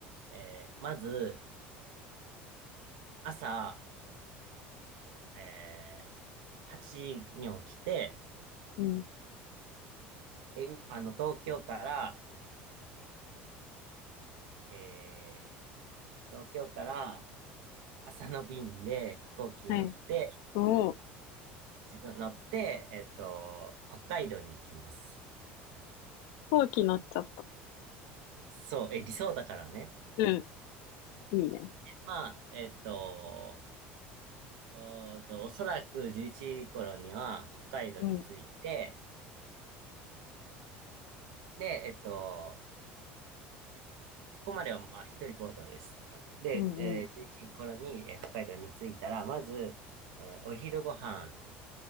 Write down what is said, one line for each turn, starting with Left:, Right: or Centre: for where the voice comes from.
Right: えーまず、朝、えー8時に起きて、
Left: うん。
Right: え、あの、東京から、えー東京から、朝の便で飛行機に乗って、
Left: はい。もう、
Right: 自分乗って、えっと、北海道に行きます。
Left: 後期乗っちゃった。
Right: そう、え、理想だからね。
Left: うん。いいね。
Right: まあ、えっと、おーと、おそらく11時頃には北海道に着いて、
Left: うん。
Right: で、えっと、ここまではまあ一人行動です。あので、
Left: うんうん。
Right: えー11時頃に、えー北海道に着いたら、まず、えーお昼ご飯、